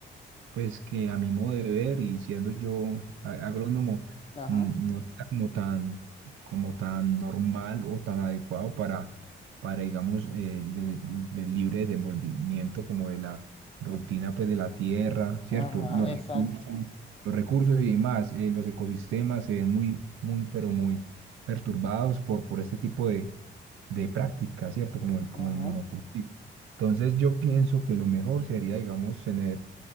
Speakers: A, on the right (about 80°); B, on the left (about 30°).
A: pues que a mi modo de ver y siendo yo a- agrónomo,
B: Ajá.
A: n- no está como tan, como tan normal o tan adecuado para, para digamos, eh, el de- el del libre desenvolvimiento como de la rutina, pues de la tierra, ¿cierto?
B: Ajá,
A: Los recursos,
B: exacto.
A: los recursos y demás, eh, los ecosistemas se ven muy, muy, pero muy perturbados por, por este tipo de, de prácticas, ¿cierto? Como el, como
B: Ajá.
A: el monocultivo. Entonces yo pienso que lo mejor sería, digamos, tener